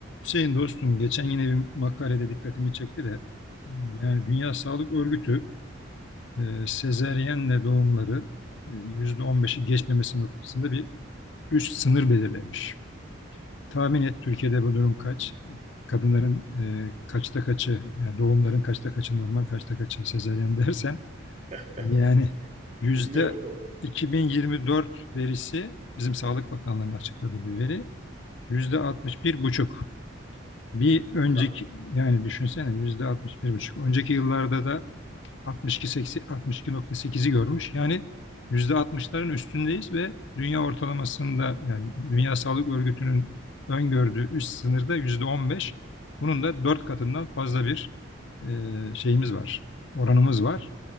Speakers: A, on the left; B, on the right.
A: Hüseyin dostum geçen yine bir makalede dikkatimi çekti de yani Dünya Sağlık Örgütü e, sezeryenle doğumları e, %15'i geçmemesi noktasında bir üst sınır belirlemiş. Tahmin et Türkiye'de bu durum kaç? Kadınların e, kaçta kaçı, yani doğumların kaçta kaçı normal, kaçta kaçı sezeryen <laughs> dersen
B: <laughs>
A: yani yüzde
B: Bilmiyorum da.
A: 2024 verisi bizim Sağlık Bakanlığı'nın açıkladığı bir veri yüzde altmış bir buçuk. Bir önceki
B: Güzel.
A: yani düşünsene yüzde altmış bir buçuk Önceki yıllarda da altmış altmış iki seksen, altmış iki nokta sekizi görmüş. Yani yüzde altmışların üstündeyiz ve dünya ortalamasında yani Dünya Sağlık Örgütü'nün öngördüğü üst sınırda yüzde on beş Bunun da 4 katından fazla bir e, şeyimiz var. Oranımız var.